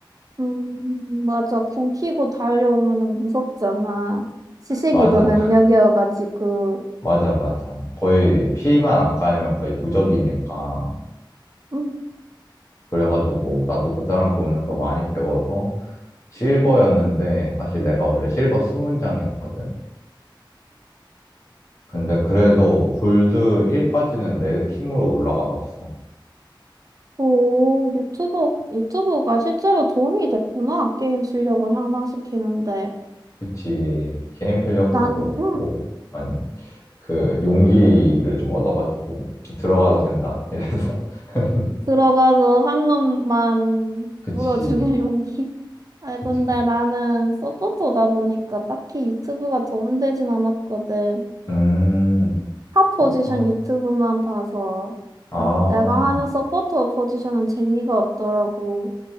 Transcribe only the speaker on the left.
맞아,
<laughs> 맞아, 맞아. 거의 피만 안 까이면 거의 무적이니까.
그래가지고 나도 그 사람 보면서 많이 배워서 실버였는데 사실 내가 원래 실버 수문장이었거든. 근데 그래도 골드 1까지는 내 힘으로 올라가 봤어.
그치. 게임 실력도
그렇고
약간 그 용기를 좀 얻어가지고 들어가도 된다. 이래서 <laughs>
그치.
그치.
음.
첫부터.
아.